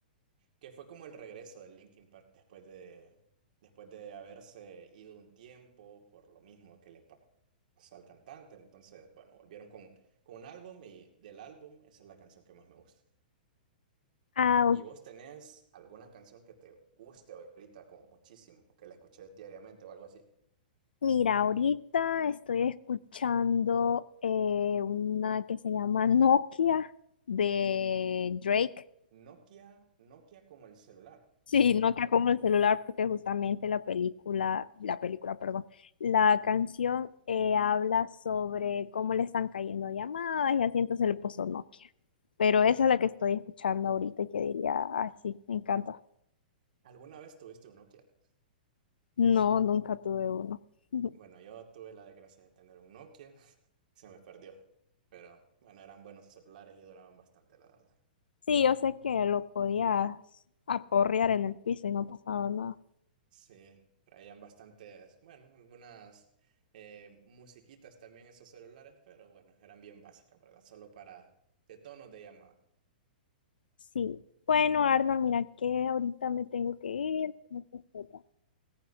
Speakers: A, on the right (about 65°); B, on the left (about 85°).
A: que fue como el regreso de Linkin Park después de, después de haberse ido un tiempo por lo mismo que le pa- pasó al cantante. Entonces, bueno, volvieron con, con un álbum y del álbum esa es la canción que más me gusta.
B: Ah,
A: ¿Y
B: ok.
A: vos tenés alguna canción que te guste ahorita como muchísimo, que la escuches diariamente o algo así?
B: Mira, ahorita estoy escuchando eh, una que se llama Nokia de Drake.
A: Nokia, Nokia como el celular,
B: Sí,
A: o,
B: Nokia
A: o cómo.
B: como el celular, porque justamente la película, la película, perdón, la canción eh, habla sobre cómo le están cayendo llamadas y así, entonces le puso Nokia. Pero esa es la que estoy escuchando ahorita y que diría, ay, sí, me encanta.
A: ¿Alguna vez tuviste un Nokia?
B: No, nunca tuve uno. <laughs>
A: Bueno, yo tuve la desgracia de tener un Nokia, <laughs> se me perdió, pero bueno, eran buenos celulares y duraban bastante, la verdad.
B: Sí, yo sé que lo podías aporrear en el piso y no pasaba nada.
A: Sí, traían bastantes, bueno, algunas eh, musiquitas también esos celulares, pero bueno, eran bien básicas, ¿verdad? Solo para de tonos de llamada.
B: Sí. Bueno, Arnold, mira que ahorita me tengo que ir, tengo que hacer otras